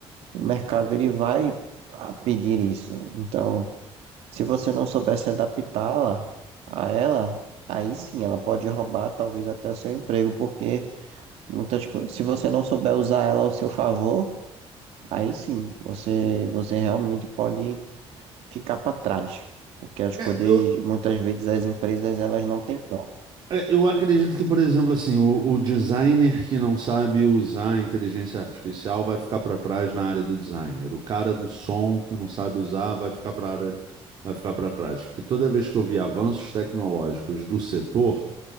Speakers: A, on the right; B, on the right.
A: o mercado ele vai a pedir isso. Então, se você não souber se adaptá-la a ela, aí sim ela pode roubar talvez até o seu emprego, porque muitas coisas, se você não souber usar ela ao seu favor, aí sim você você realmente pode ficar para trás. Porque as
B: É,
A: coisas,
B: eu,
A: muitas vezes as empresas elas não têm dó,
B: É, Eu acredito que, por exemplo, assim, o, o designer que não sabe usar a inteligência artificial vai ficar para trás na área do designer. O cara do som que não sabe usar vai ficar para vai ficar para trás, porque toda vez que eu vi avanços tecnológicos do setor,